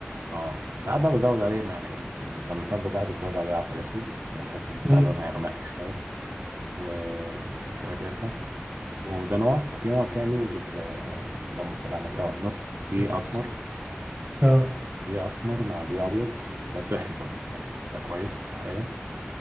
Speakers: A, on the right; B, on the right.
A: اه ساعات بقى بزود عليه يعني لما الساعات بتاعتي بزود عليه عسل اسود تمام بحيث ان بتاع
B: مم.
A: لون هيغمق شويه و- وشوية قرفة وده نوع وفي نوع تاني بال اللهم صل على النبي اه نص دي
B: بس.
A: أسمر
B: آه
A: دي أسمر مع دي أبيض فده صحي برضه يعني ده كويس صحيا